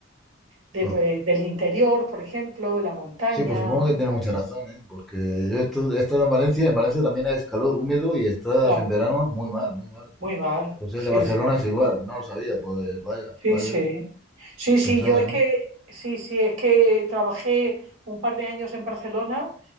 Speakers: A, on the right; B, in the centre.
A: de-
B: Pues,
A: de- del interior, por ejemplo, de la montaña.
B: sí, pues supongo que tiene mucha razón, ¿eh? Porque yo estu- he estado en Valencia, y en Valencia también es calor húmedo y estás
A: Claro,
B: en verano muy mal, muy mal.
A: muy mal.
B: O sea
A: Sí,
B: que Barcelona
A: sí,
B: es igual, no lo sabía, pues vaya,
A: sí,
B: vaya,
A: sí. Sí, sí,
B: pensaba
A: yo
B: que
A: es
B: no.
A: que, sí, sí, es que trabajé un par de años en Barcelona